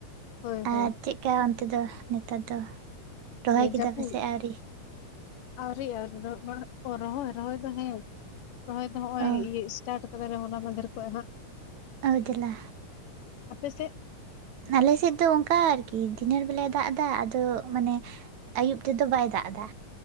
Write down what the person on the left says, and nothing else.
ᱦᱳᱭ ᱦᱳᱭ
ᱡᱟᱹᱯᱩᱫ
ᱟᱣᱨᱤ‌ ᱟᱣᱨᱤ ᱟᱨ ᱨᱚᱦᱚᱭ ᱨᱚᱦᱚᱭ ᱫᱚ ᱦᱮᱸ ᱨᱚᱦᱚᱭ ᱫᱚ ᱱᱚᱜᱼᱚᱭ
ᱥᱴᱟᱨᱴ ᱠᱟᱵ ᱦᱚᱞᱟ ᱢᱟᱦᱫᱮᱨ ᱠᱷᱚᱱ ᱦᱟᱸᱜ
ᱟᱯᱮ ᱥᱮ?